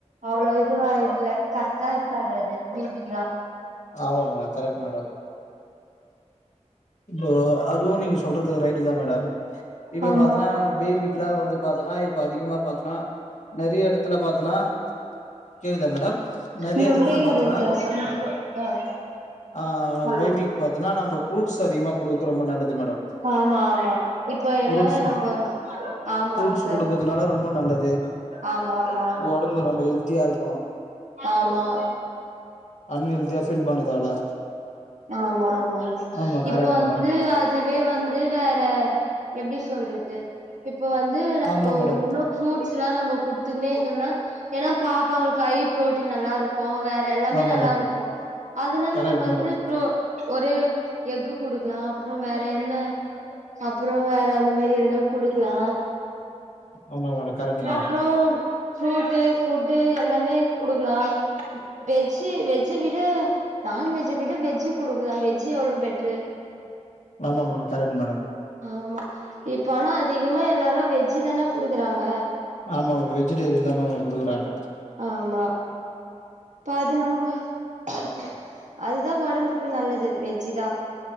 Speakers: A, on the right; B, on the left.
A: அவ்ளோ இதுவா இல்ல கரெக்டா இருக்காது அது பேபிகெலாம்
B: ஆமா மேடம் கரெக்ட் மேடம் இப்போ அதுவும் நீங்க சொல்றது ரைட்தா மேடம் இப்ப
A: ஆமா
B: பாத்தனா பேபிக்குலா வந்து பாத்தனா இப்ப அதிகமா பாத்தனா தறையா எடத்துல பாத்தனா கேக்குதா மேடம் நெறைய
A: ம்
B: எடத்துல
A: கேக்குதுங்க
B: பாத்தனா
A: சார் சொல்லுங்க ஆ
B: ஆ
A: ஹலோ
B: பேபிக்கு பாத்தனா நம்ம ப்ரூட் ட்ஸ் அதிகமா குடுகுறது ரொம்ப நல்லது மேடம்
A: ஆமா ஆமா இப்ப ஏன்னா
B: ஃபுரூட்ஸ்
A: நம்ப ஆமாங்க
B: ஃப்ரூட்ஸ்
A: சார்
B: குடுகுறதுனால ரொம்பொ நல்லது
A: ஆமா ஆமா
B: உடம்பு ரொம்பொ ஹெல்த்தியா இருக்கு
A: ஆமா
B: அண் ஹெல்த்தியா ஃபீல் பண்ணது தேவல
A: ஆமா ஆமாங்
B: ஆமா கரெக்ட்
A: இப்ப வந்து
B: மேடம்
A: அத் இதுவே வந்து வேற எப்டி சொல்றது இப்போ வந்து நம்பொ
B: ஆமா மேடம்
A: ஒண்ணு ஃப்ரூட்ஸ்லா நம்ம குத்துக்குனே இருந்தோம்னா ஏனா பாப்பாங்ளுக்கு ஐ ப்ரோட்டீன் நல்லா இருக் ம்ம் வேற எல்லாமே
B: ஆமா
A: நல்லா
B: மேடம்
A: இருக்கும் அதுனால
B: கரெக்ட்
A: நம்ம
B: மேடம்
A: வந்து ப்ரோ ஒரு எஃக் குடுக்கலா அப்பற வேற என்ன அப்ற வேற அந்த மாதிரி எதனா கொடுக்கலா
B: ஆமா மேடம் கரெக்ட் மேடம்
A: அப்றோ ஃப்ரூட்டு ஃபுட்டு எல்லாமே குடுக்கலா வெஜ்ஜ் வெஜ்ஜு விட நான்வெஜ்ஜ் விட வெஜ்ஜு குடுக்கலா வெஜ்ஜ் எவ்ளோ பெட்ரு
B: ஆமா மேடம் கரெக்ட் மேடம்
A: ஆமா இப்ப ஆனா அதிகமா எல்லாரு வெஜ்ஜி தான குடுக்குறாங்க
B: ஆமா மேம் வெஜிடேரிய தா மேம் குடுக்குறாங்க
A: ஆமா இப்ப அது நம்ம க்கு அதுதா உடம்புக்கு நல்லது வெஜ்ஜிதா